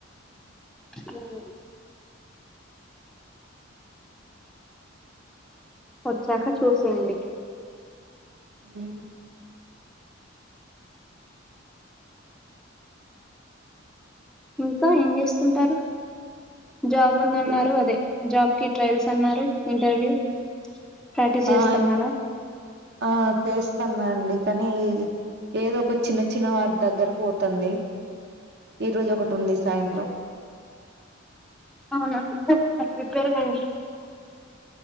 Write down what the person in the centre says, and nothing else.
హ్మ్ వచ్చాక చూసేయండి
ఇంకా ఏం చేస్తుంటారు జాబ్ ఉందన్నారు
అదే జాబ్ కి ట్రయల్స్ అన్నారు ఇంటర్వ్యూ ప్రాక్టీస్
చేస్తున్నారా
అవునా మరి ప్రిపేర్ కాండి